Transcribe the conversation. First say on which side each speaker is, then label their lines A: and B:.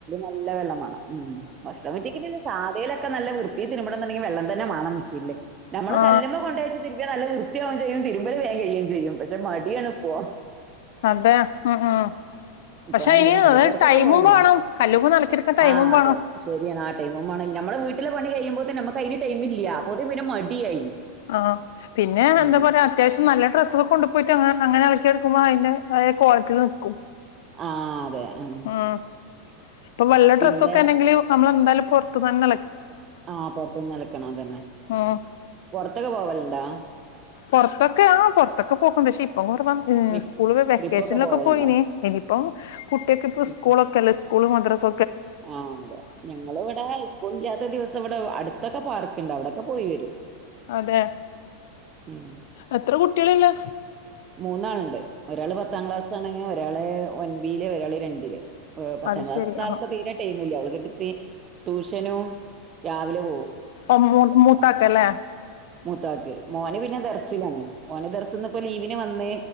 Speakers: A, on the right (about 30°); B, on the left (about 70°).
A: നല്ല വെള്ളം മാണം ഉം ഭക്ഷണം കിറ്റിക്കുന്നില്ല സാധ ഒക്ക നല്ല വൃത്തി തിര്മ്പണന്നിണ്ടെങ്കി വെള്ളം തെന്നെ മാണം മെഷീൻല് നമ്മള്
B: ആ
A: കല്ലമ്മ കൊണ്ടച്ച തിരി നല്ല വൃത്തിയാവുംയും ചെയ്യുംതിരുമ്പല വാൻ കഴിയുകയും ചെയ്യും പക്ഷെ മടിയാണ് ഇപ്പോ
B: അതെ ഉം ഉം
A: ഇപ്പൊ
B: പക്ഷെ
A: ഭയങ്കര
B: ഇനി
A: മട
B: അത്
A: പൊറത്തൊക്കെ
B: ടൈമും
A: പോയില്ലോ
B: വേണം കല്ലുമ്മെ അലക്കിയെടുക്കാൻ ടൈമും
A: ആഹ്
B: വേണം
A: അതെ ശരിയ നാ ടൈ നമ്മടെ വീട്ടിലെ പണ കിയുമ്പോ നമുക്ക് അതിന് ടൈംമല്ല അപ്പോൊത പിന്നെ മടിയായി
B: ആഹ് പിന്നെ എന്താപറയാ
A: ഉം
B: അത്യാവശ്യം നല്ല ഡ്രസ്സൊക്കെ കൊണ്ട പോയിട്ട് അങ്ങെളക്കെടുക്ക്പോ അതിന്റെ കോളത്തിൽ നിൽക്കും
A: ആ അതെ ഉം
B: ആഹ ഇപ്പ വെള്ള
A: പിന്നെ
B: ഡ്രസ്സൊക്കെ ആണെങ്കില് നമ്മളെന്താലും പുറത്ത് തന്ന
A: ആഹ പൊറത്തുന്ന് നിൽക്കണംതന്നെ
B: ഉം
A: പൊറത്തൊക്കെ പോവലുണ്ടാ
B: പൊർത്തൊക്കെ ആ പൊർത്തൊക്കെ പോക്കിണ്ട് ഷി <unintelligible> ഏ
A: ട്രിപ്പ്
B: സ്കൂൾ വെക്കേഷൻലൊക്കെ
A: ട്രിപ്പൊക്കെ പോവലുണ്ടോ
B: പോയിനി ഇനിപ്പം കുട്ട്യാക്കെ ഇപ്പോ
A: ഉം
B: സ്കൂളൊക്കെല്ലേ സ്കൂള്, മദ്രസ
A: ആഹ് അതെ ഞങ്ങള് ഇവിടെ സ്കൂള് ഇല്ലാത്ത ദിവസം ഇവിടെ അടുത്തൊക്കെ പാർക്കുണ്ട് അവിടെക്കെ പോയി വരും
B: അതെ
A: ഉം
B: എത്ര കുട്ടികളുള്ളെ
A: മൂന്നാള്ണ്ട് ഒരാള് പത്താം ക്ലാസാണ് ഒരാള് ഒൻപിയില് ഒരായിള് രണ്ടില് ഏഹ് പത്താം
B: അത്
A: ക്ലാസ്ത്തെ
B: ശരി ആ
A: ആൾക്ക് തീരെ ടൈമില്ല ഓള് കെട്ടി ട്ടി ട്യൂഷനും രാവിലെ പോകും
B: ആഹ് മൂ മൂത്ത ആൾക്കല്ലെ
A: മൂത്താക്ക് മോന് പിന്നെ ദർസിലാണ് ഓന് ദർ സിന്നിപ്പം ലീവിന് വന്ന്